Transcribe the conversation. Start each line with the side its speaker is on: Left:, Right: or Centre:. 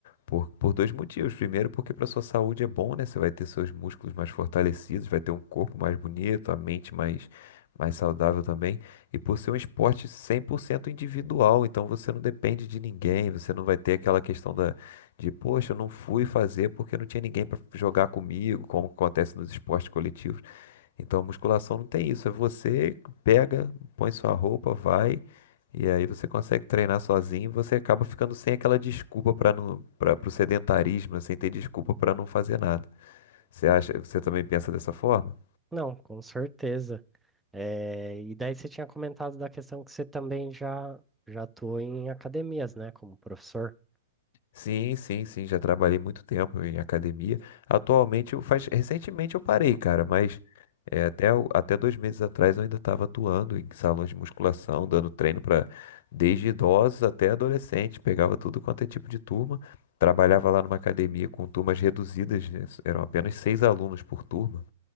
Left: por, por dois motivos. Primeiro, porque para sua saúde é bom, né? Você vai ter seus músculos mais fortalecidos, vai ter um corpo mais bonito, a mente mais, mais saudável também. E por ser um esporte 100% individual, então você não depende de ninguém, você não vai ter aquela questão da, de, poxa, eu não fui fazer porque não tinha ninguém para jogar comigo, como acontece nos esportes coletivos. Então a musculação não tem isso, é você pega, põe sua roupa, vai, e aí você consegue treinar sozinho, e você acaba ficando sem aquela desculpa para não para o sedentarismo, né, sem ter desculpa para não fazer nada. Você acha, você também pensa dessa forma?
Centre: Não, com certeza. É, e daí você tinha comentado da questão que você também já, já atuou em academias, né, como professor.
Left: Sim, sim, sim, já trabalhei muito tempo em academia. Atualmente, eu faz... recentemente eu parei, cara, mas é, até, o- até dois meses atrás eu ainda estava atuando em salões de musculação, dando treino para desde idosos até adolescentes, pegava tudo quanto é tipo de turma, trabalhava lá numa academia com turmas reduzidas, né, eram apenas seis alunos por turma.